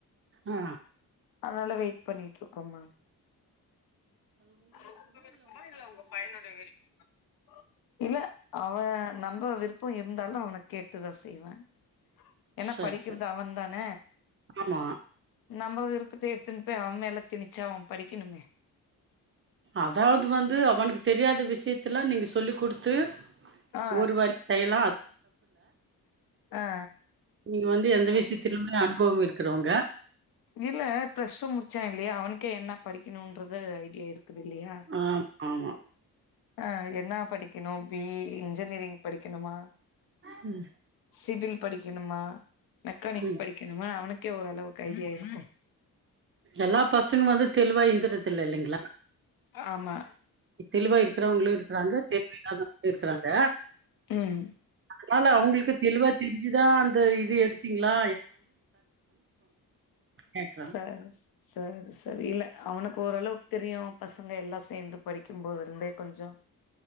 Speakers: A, on the right; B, on the left.
A: ஆ
B: அதனால வெயிட் பண்ணிட்டு இருக்கோம் மேம் உங்க விருப்பமா இல்ல உங்க பையனோட விருப்பமா அவன் நம்ப விருப்பம் இருந்தாலும் அவன கேட்டுதான் செய்வேன் ஏன்னா
A: சரி
B: படிக்கிறது
A: சரி
B: அவன் தான
A: ஆமா
B: நம்ம விரு ப்பத்த எடுத்துன்னனு போய் அவமேல தினிச்சா அவன் படிக்கணுமே
A: அதாவது வந்து அவனுக்கு தெரியாத விஷயத்தல்லா நீங்க சொல்ல குடுத்து
B: ஆ
A: ஒரு வழி செய்ல
B: ஆ
A: நீங்க வந்து எந்த விஷயத்திலுமே அனுபவம் இருக்கிறவங்க
B: இல்ல பிளஸ்டு முடிச்சான் இல்லையா அவன் எனக்கே என்ன படிக்கணும்றது ஐடியா இருக்குது இல்லையா
A: ஆமா ஆமா
B: ஆ என்ன படிக்கணும் பி இ இன்ஜினியரிங் படிக்கணுமா
A: ம்
B: சிவில் படிக்கணுமா மெக்கானிக்
A: ம்
B: படிக்கணுமா அவனுக்கே ஓரளவுக்கு ஐடியா இருக்கும்
A: எல்லா பசங்க வந்து தெளிவா இருந்துரத்துல்ல இல்லைங்களா
B: ஆமா
A: தெளிவா இருக்கிறவங்களும் இருக்கிறாங்க தெளிவு இல்லாதவங்களும் இருக்கிறாங்க
B: ம்
A: அதனால அவங்களுக்கு தெளிவா தெரிஞ்சுதான் அந்த இது எடுத்தீங்ளா கேக்குறே
B: சர் ச சர் சர் இல்ல அவனுக்கு ஓரளவுக்கு தெரியும் பசங்க எல்லா சேர்ந்து படிக்கும் போதுலந்தே கொஞ்சொ